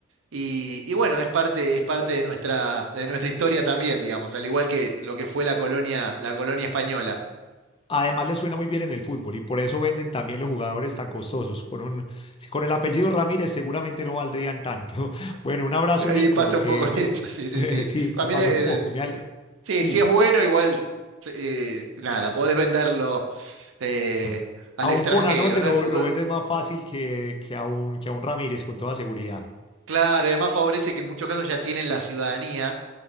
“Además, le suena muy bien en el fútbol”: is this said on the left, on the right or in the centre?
Left